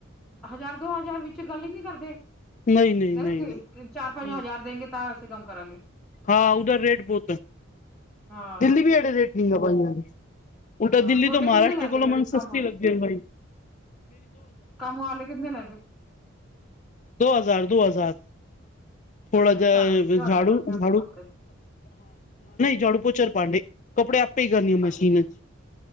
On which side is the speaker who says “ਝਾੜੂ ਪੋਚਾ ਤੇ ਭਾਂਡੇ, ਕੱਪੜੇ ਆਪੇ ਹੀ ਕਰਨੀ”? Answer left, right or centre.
Left